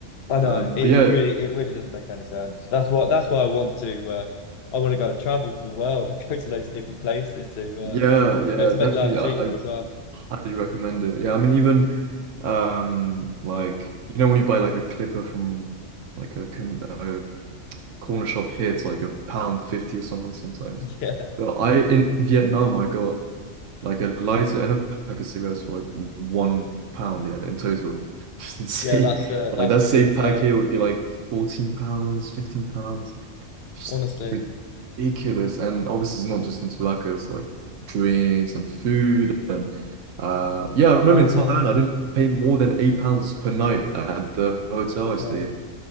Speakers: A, on the left; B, on the right.
A: I know
B: Um,
A: it,
B: but yeah,
A: it really it really doesn't make any sense. That's what that's why I want to uh, I want to go and travel the world and <laughs> go to loads of different places to uh,
B: yeah, yeah,
A: you know to
B: definitely.
A: make life cheaper
B: I, I
A: as well.
B: highly recommend it. Yeah, I mean, even um, like you know, when you buy like a clipper from like a, con- a corner shop here, it's like a pound fifty or something sometimes.
A: <laughs> Yeah,
B: But I in Vietnam, I got Like a lighter and a pack of cigarettes for like one pound, yeah, in total. <laughs> Just insane.
A: yeah, that's uh,
B: But
A: that's
B: like that
A: pretty
B: same
A: insane.
B: pack here would be like 14 pounds, 15 pounds. Just
A: Honestly,
B: ridiculous. And obviously it's not just in tobacco, it's like drinks and food and uh yeah, I remember
A: housing,
B: in Thailand I didn't pay more than eight pounds per night at the hotel I stayed.
A: well,